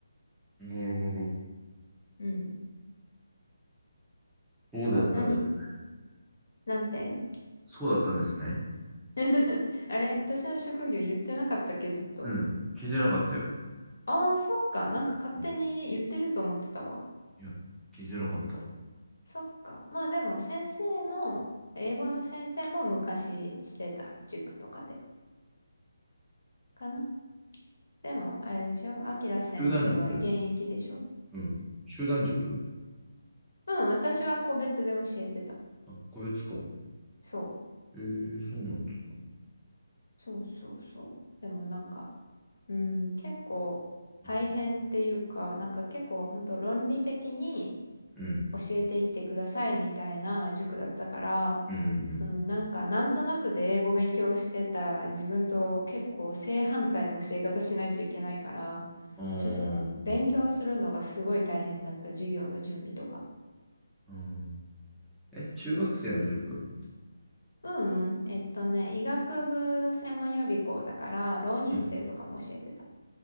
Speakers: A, in the centre; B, on the left.
A: うんなるほど。
B: うん。
A: そうだったんです。
B: 何なんて
A: そうだったんですね。
B: <laughs> あれ私の職業言ってなかったっけ、ずっと。
A: うん。聞いてなかったよ。
B: ああ、そっか。なんか勝手に言ってると思ってたわ。
A: うんいや、聞いてなかった。
B: そっか。まあでも先生も、英語の先生も昔してた。塾とかで。かな。でも、あれでしょあきら先生は現役でしょん
A: 集団塾うん。集団塾
B: うん、私は個別で教えてた。
A: あ、個別か。
B: そ
A: えー、そうなんだ
B: う。そうそうそう。でもなんか、うん、結構大変っていうか、
A: うん
B: なんか結構本当論理的に
A: うん。
B: 教えていってくださいみたいな塾だったから、
A: うんうん
B: うん、なんかなんとなくで英語勉強してた自分と結構正反対の教え方しないといけないから、
A: あー
B: ちょっと勉強するのがすごい大変だった、授業の準備とか。
A: うん。え、中学生の塾
B: うん、うん、えっとね、医学部専門予備校だから、浪人生とかも教えてた。
A: うん